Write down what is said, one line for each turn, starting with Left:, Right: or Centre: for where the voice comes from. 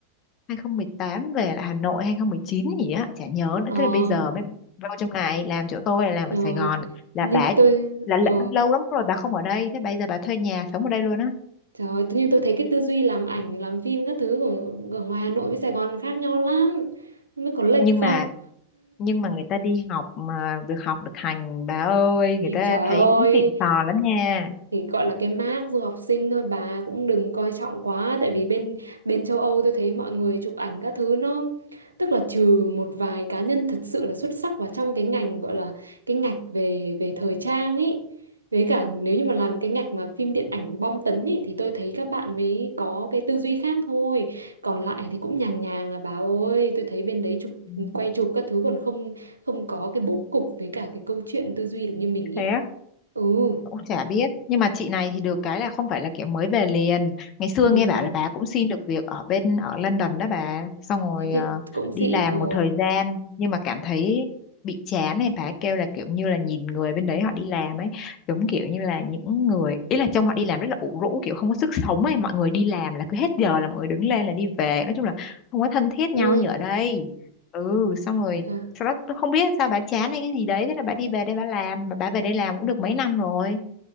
Left: 2018 về lại Hà Nội 2019 gì á chả nhớ
Right: Ờ,
Left: nữa thế là bây giờ mới vô trong này làm chỗ tôi là làm
Right: rồi.
Left: ở Sài Gòn là
Right: Nhưng
Left: bà
Right: tôi
Left: là,
Right: ờ
Left: là lâu lắm rồi bà không ở đây thế bây giờ bà thuê nhà sống ở đây luôn á
Right: trời ơi, tự nhiên tôi thấy cái tư duy làm ảnh, làm phim các thứ của ở ngoài Hà Nội với Sài Gòn khác nhau lắm. Không biết có lệch
Left: nhưng
Right: không?
Left: mà nhưng mà người ta đi học mà được học được hành bà ơi người
Right: Ý,
Left: ta
Right: Trời
Left: thấy
Right: ơi
Left: cũng xịn sò lắm nha
Right: thì gọi là cái mác du học sinh thôi bà cũng đừng coi trọng quá tại vì bên bên châu Âu tôi thấy mọi người chụp ảnh các thứ nó tức là trừ một vài cá nhân thật sự là xuất sắc vào trong cái ngành gọi là cái ngạch về về thời trang ấy với cả nếu như mà làm cái ngạch mà phim điện ảnh bom tấn ấy thì tôi thấy các bạn mới có cái tư duy khác thôi còn lại thì cũng nhàng nhàng à bà ơi tôi thấy bên đấy chụp
Left: Ừ,
Right: quay chụp các thứ còn không không có cái bố cục với cả cái câu chuyện tư duy được như mình ý
Left: thế á
Right: ừ
Left: cũng chả biết nhưng mà chị này thì được cái là không phải là kiểu mới về liền ngày xưa
Right: ừ
Left: nghe bảo là bà cũng xin được việc ở bên ở London đó bà xong rồi
Right: thế thì
Left: ờ,
Right: cũng xịn
Left: đi làm
Right: ừ
Left: một thời gian nhưng mà cảm thấy bị chán này bà kêu là kiểu như là nhìn người bên đấy họ đi làm ấy giống kiểu như là những người ý là trông họ đi làm rất là ủ rũ kiểu không có sức sống ấy mọi người đi làm là cứ hết giờ là mọi người đứng lên là đi về nói chung là không có thân thiết
Right: ừ
Left: nhau như ở đây ừ xong rồi
Right: Chà.
Left: sau đó tôi không biết sao bà chán hay cái gì đấy thế là bà đi về đây bà làm mà bà về đây làm cũng được mấy năm rồi